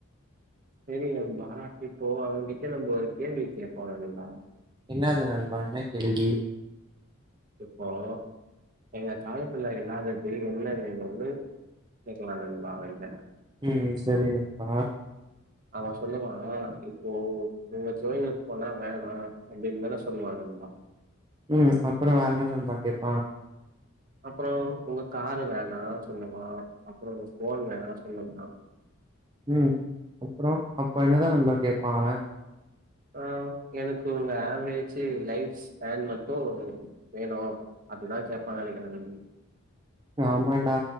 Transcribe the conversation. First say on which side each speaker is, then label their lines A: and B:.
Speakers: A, on the right (about 45°); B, on the right (about 20°).
A: செரி நண்பா ஆனா இப்போ அவங்ககிட்ட நம்ப ஒரு கேள்வி கேப்போ நண்பா
B: என்னாது நண்பா என்ன கேள்வி
A: இப்போ எங்க காலத்துல இல்லாதது என்ன வேணுன்னு கேக்கலா நண்பா அவன்ட்ட
B: ம் செரி நண்பா
A: அவ சொல்லுவா இப்போ உ உங்க தொழில்நுட்பல்லா வேணா அப்டின் தான சொல்வா நண்பா
B: ம் அப்பறே வேற என்ன நண்பா கேப்பா
A: அப்பறோ உங்க காரு வேணா சொல்லுவா அப்பறோ உங்க ஃபோன் வேணா சொல்லுவா
B: ம் அப்பறோ அப்ப என்னதா நண்பா கேப்பா அவே
A: ஆ எனக்கு உங்க ஆவரேஜு லைஃப் ஸ்பேன் மட்டு வேணு அப்டிதா கேப்பான் நெனைக்கறே நண்
B: ஆமான்டா